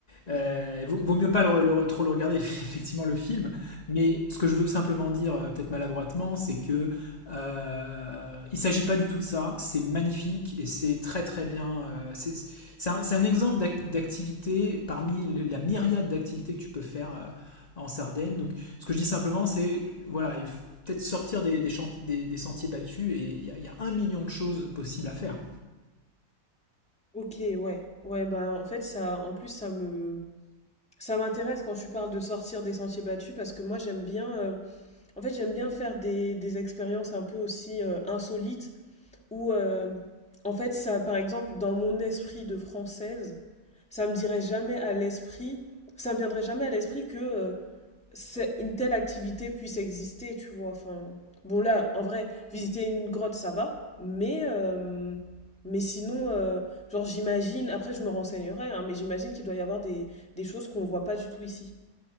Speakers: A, on the left; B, in the centre.
A: euh, vaut, vaut mieux pas le, le- trop le regarder, <laughs> effectivement, le film. Mais ce que je veux simplement dire, euh, peut-être maladroitement, c'est que euh, il s'agit pas du tout de ça. C'est magnifique et c'est très très bien. euh, c'est c'est un, c'est un exemple d'ac- d'activité parmi le- la myriade d'activités que tu peux faire euh, en Sardaigne. Donc, ce que je dis simplement, c'est voilà, il faut peut-être sortir des, des, chan- des- des sentiers battus et il y, a- il y a un million de choses possibles à faire.
B: Ok, ouais, ouais, bah en fait ça, en plus ça me, ça m'intéresse quand tu parles de sortir des sentiers battus parce que moi j'aime bien, euh, en fait j'aime bien faire des, des expériences un peu aussi euh, insolites où, euh, en fait, ça, par exemple, dans mon esprit de française, ça me dirait jamais à l'esprit, ça me viendrait jamais à l'esprit que euh, c'est- une telle activité puisse exister, tu vois. Enfin, bon là, en vrai, visiter une grotte, ça va, mais euh, mais sinon, euh, genre j'imagine, après je me renseignerai, hein, mais j'imagine qu'il doit y avoir des des choses qu'on voit pas du tout ici.